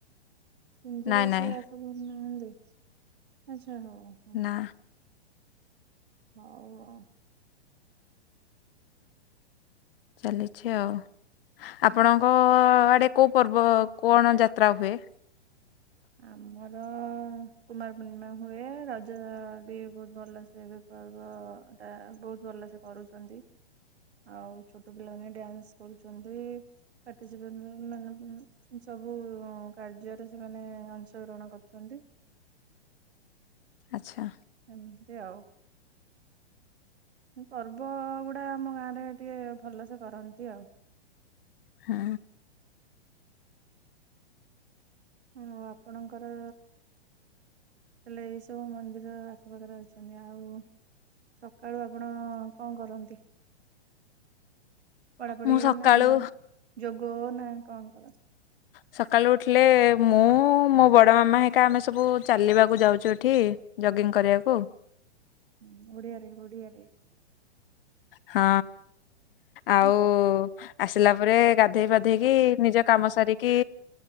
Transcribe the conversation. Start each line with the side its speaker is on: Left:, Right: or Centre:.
Right: ସିନ୍ଦୁରେଇ
Left: ନାଇଁ ନାଇଁ
Right: ସେ ଆଖପାଖରେ ନାହାନ୍ତି ଆଚ୍ଛା, ହଉ। ହଉ
Left: ନା।
Right: ହଉ, ଓ
Left: ଚାଲିଚି ଆଉ ଆପଣଙ୍କ-ଅ-ଅ ଆଡ଼େ କୋଉ ପର୍ବ, କଣ ଯାତ୍ରା ହୁଏ?
Right: ଆମର-ଅ କୁମାର ପୂର୍ଣ୍ଣିମା ହୁଏ ରଜବି ବହୁତ୍ ଭଲସେ ପର୍ବଟା ବହୁତ୍ ଭଲସେ କରୁଚନ୍ତି। ଆଉ ଛୋଟ ପିଲାମାନେ ଡ୍ୟାନ୍ସ କରୁଚନ୍ତି। ପାର୍ଟିସିପେଟ ମାନେ, ସବୁ କାର୍ଯ୍ୟରେ ସେମାନେ ଅଂଶଗ୍ରହଣ କରୁଚନ୍ତି।
Left: ଆଚ୍ଛା।
Right: ଏମିତି ଆଉ। ପର୍ବଗୁଡ଼ା ଆମ ଗାଁରେ ଟିକେ ଭଲସେ କରନ୍ତି ଆଉ।
Left: ହୁଁ।
Right: ହଁ, ଆପଣଙ୍କର ତାଲେ ଏଇ ସବୁ ମନ୍ଦିର ଆଖପାଖରେ ଅଛନ୍ତି ଆଉ ସକାଳୁ ଆପଣ କଣ କରନ୍ତି? ପଢାପଢି
Left: ମୁଁ ସକାଳୁ
Right: ନା ଯୋଗ ନା କଣ କରନ୍ତି?
Left: ସକାଳୁ ଉଠିଲେ ମୁଁ ମୋ ବଡ଼ ମାମା ହେକା ଆମେ ସବୁ ଚାଲିବାକୁ ଯାଉଚୁ ଏଠି ଜଗିଂ କରିବାକୁ
Right: ହୁଁ ଓଡ଼ିଆରେ ଓଡ଼ିଆରେ?
Left: ହଁ ଆଉ
Right: ହଁ
Left: ଆସିଲା ପରେ ଗାଧେଇ ପାଧେଇକି ନିଜ କାମ ସାରିକି